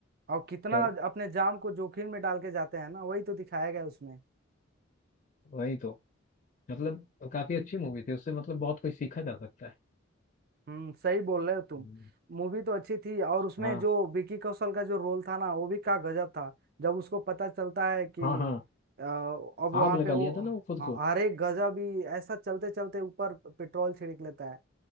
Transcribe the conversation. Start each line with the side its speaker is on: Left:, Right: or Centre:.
Right: और कितना
Left: पर
Right: अपने जान को जोखिम में डाल के जाते हैं ना वही तो दिखाया गया है उसमें
Left: वही तो मतलब काफी अच्छी मूवी थी उससे मतलब बहुत कुछ सीखा जा सकता है
Right: हम्म सही बोल रहे हो तुम
Left: हम्म,
Right: मूवी तो अच्छी थी और उसमें
Left: हाँ
Right: जो विकी कौशल का जो रोल था ना वो भी क्या गजब था जब उसको पता चलता है कि
Left: हाँ हाँ
Right: अ, अब वहां
Left: आग लगा
Right: पे वो
Left: लिया था ना वो खुद
Right: ह-
Left: को
Right: हर एक गजब ही ऐसा चलते चलते ऊपर पेट्रोल छिड़क लेता है